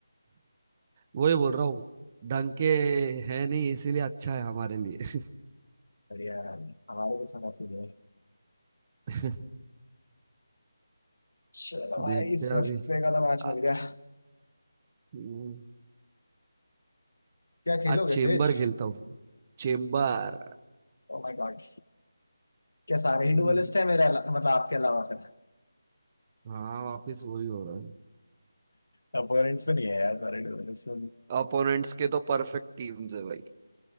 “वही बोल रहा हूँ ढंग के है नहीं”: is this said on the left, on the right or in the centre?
Right